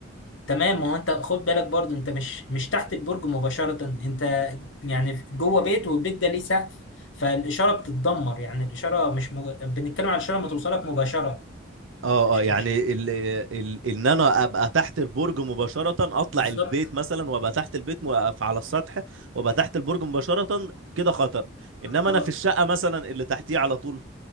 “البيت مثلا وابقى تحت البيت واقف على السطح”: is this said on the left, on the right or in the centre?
Right